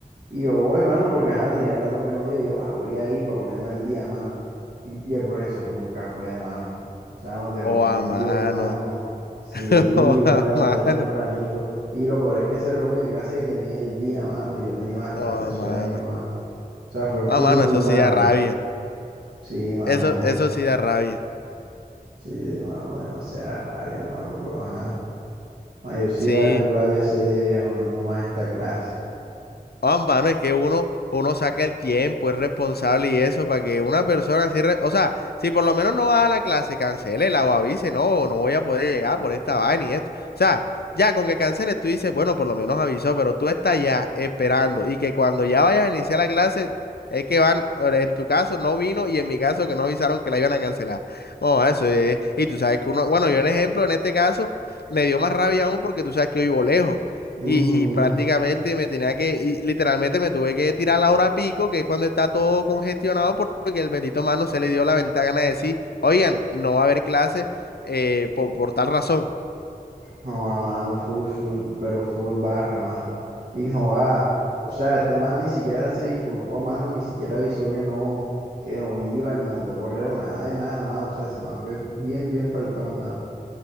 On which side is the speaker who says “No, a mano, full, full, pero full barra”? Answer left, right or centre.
Right